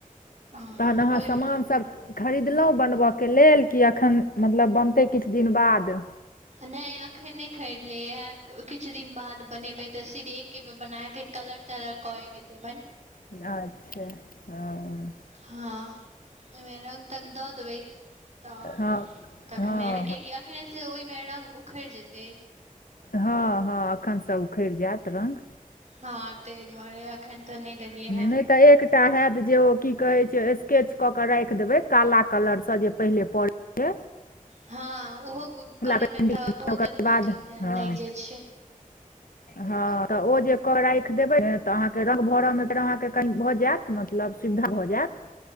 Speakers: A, on the right; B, on the left.
A: हँ
B: तहन अहाँ
A: ओहि
B: सामान सभ खरीदलौ बनबय केँ लेल कि एखन मतलब बनतै किछ दिन बाद
A: नै अखन नहि खरीदलियै किछ दिन बाद बनेबै तऽ सिर एक बेर बनै केँ कलर तकर केँ कऽ देबै
B: अच्छ हँ
A: हँ ओहिमे रंग तंग दऽ देबै तब
B: हँ
A: तखने
B: हँ
A: कियकि एखने से ओइमें रंग उखेड़ जेतै
B: हँ हँ एखनसँ उखेड़ जायत रंग
A: हँ ता दुआरे अखन तऽ नै देलियै हैं
B: नहि तऽ एकटा हयत जे ओ की कहे छै स्केच कऽ केँ राख देबे काला कलर से जे पहिले पड़े जे
A: हँ ओहो करय
B: पेन्टिंग
A: में तऽ बहुत
B: ओकर
A: अथी
B: बाद
A: टाइम
B: हँ
A: लाइग जाइ छै
B: हँ तऽ ओ जे कऽ राखि देबै तऽ अहाँ केँ रंग भरै में अहाँ केँ कनि भऽ जायत मतलब सुविधा भऽ जायत